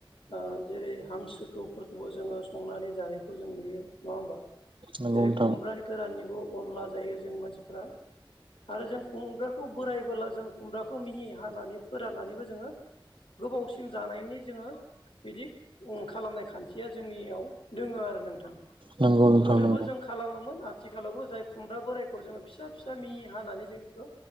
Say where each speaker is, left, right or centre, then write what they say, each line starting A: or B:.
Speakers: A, on the left; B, on the right.
A: ओजेरै हांसोखौफोरखौबो जोङो संनानै जानायखौ जों नुयो। नङा होमबा?
B: नंगौ
A: जेरै
B: नोंथां
A: खुमब्रानि गोराननिबो अनला जायो जों मानसिफ्रा आरो जों खुमब्राखौ बोरायबोला जों खुमब्राखौ मिहि हानानै फोराननानैबो जोङो गोबावसिम जानायनि जोङो बिदि उम खालामनाय खान्थिया जोंनियाव दोङो आरो नोंथां।
B: नंगौ नोंथां
A: गोदोबो
B: नंगौ
A: जों खालामोमोन आथिखालावबो जाय खुमब्रा बोरायखौ जोङो फिसा फिसा मि हानानै जों बेखौ